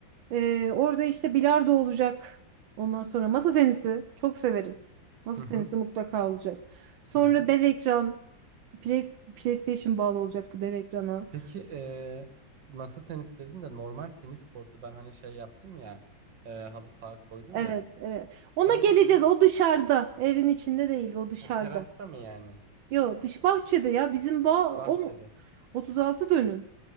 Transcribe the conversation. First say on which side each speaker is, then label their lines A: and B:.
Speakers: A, on the right; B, on the right.
A: Ee, orada işte bilardo olacak. Ondan sonra masa tenisi. Çok severim. Masa
B: Hı hı.
A: tenisi mutlaka olacak. Sonra
B: Hı hı.
A: dev ekran. Play- PlayStation bağlı olacak bu dev ekrana.
B: Peki eee, masa tenisi dedin de normal tenis kortu ben hani şey yaptım ya eee, halı saha koydum
A: Evet,
B: ya.
A: evet. Ona
B: Sen
A: geleceğiz.
B: de benim
A: O dışarıda. Evin içinde değil, o dışarıda.
B: ha, terasta mı yani?
A: Yo, dış bahçede ya. Bizim bağ
B: Bahçede.
A: o 36 dönüm.